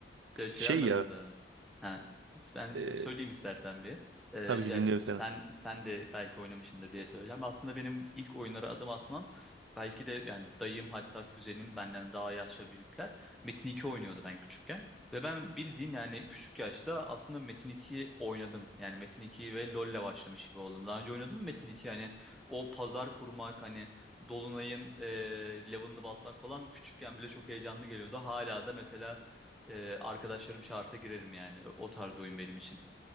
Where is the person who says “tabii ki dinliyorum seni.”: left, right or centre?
Right